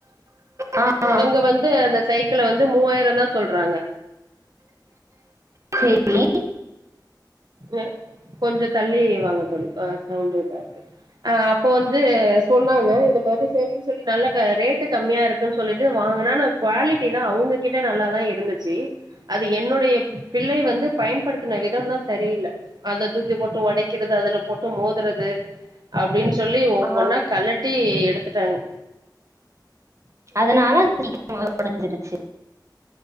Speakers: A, on the right (about 40°); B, on the right (about 65°).
A: ஆ ஆ,
B: அங்க வந்து அந்த சைக்கிள வந்து மூவாயிர தா சொல்றாங்க
A: சேரி
B: ஓ கொஞ்ச தள்ளி வாங்க தோழி ஆஹ் சவுண்டாதா இருக்கு அஹ் அப்ப வந்து சொன்னாங்க இது மாரி செரின் சொல்லி நல்லதா ரேட்டு கம்மியா இருக்குன் சொல்லிட்டு வாங்குனே நா குவாலிட்டிலா அவ்ங்ககிட்ட நல்லாதா இருந்துச்சு அது என்னுடைய பிள்ளை வந்து பயன்படுத்துன விதம் தா சரியில்ல அத தூக்கி போட்டு ஒடைக்கிறது அதுல போட்டு மோதுறது அ ப்டின் சொல்லி ஒவ்வொன்னா
A: ஆ,
B: கலட்டி எடுத் த்துட்டாங்க
A: அதனால அப்டி <inaudible> உடைஞ்சிருச்சு